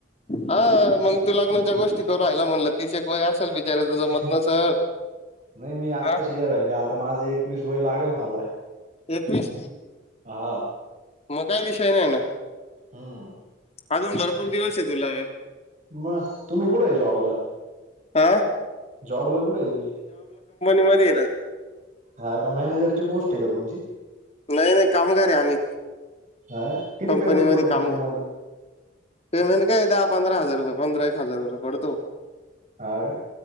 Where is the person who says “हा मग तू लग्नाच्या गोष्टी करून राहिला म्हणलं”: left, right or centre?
Left